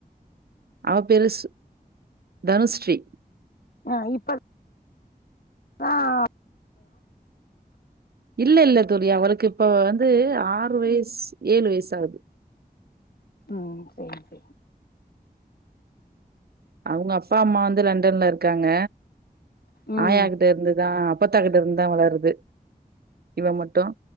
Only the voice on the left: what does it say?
ம் இப்ப ஆ <inaudible>
ம் சேரி சேரி
ம்